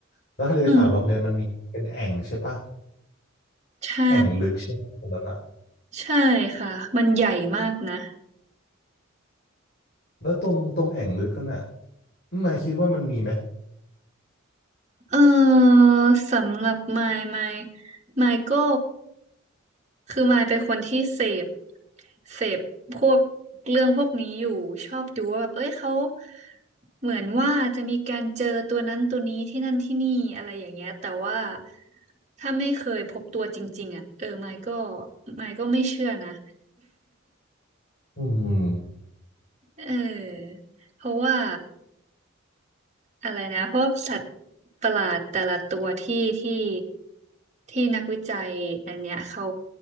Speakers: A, on the left (about 50°); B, on the right (about 35°).
A: แล้วทะเลสาบล็อกเนสมันมีเป็นแอ่งใช่ปะ
B: อืมใช่
A: แอ่งลึกใช่ไหมตรงนั้นอ่ะ
B: ใช่ค่ะมันใหญ่มากนะ
A: แล้วตรงตรงแอ่งลึกนั่นอ่ะนายคิดว่ามันมีไหม
B: เออสำหรับมายมายมายก็คือมายเป็นคนที่เสพเสพพวกเรื่องพวกนี้อยู่ชอบดูว่าแบบเอ้ยเขาเหมือนว่าจะมีการเจอตัวนั้นตัวนี้ที่นั่นที่นี่อะไรอย่างเงี้ยแต่ว่าถ้าไม่เคยพบตัวจริงๆอ่ะเออมายก็มายก็ไม่เชื่อนะ
A: อืม
B: เออเพราะว่า อะไรนะพวกสัตว์ประหลาดแต่ละตัวที่ที่ที่นักวิจัยอันเนี้ยเขา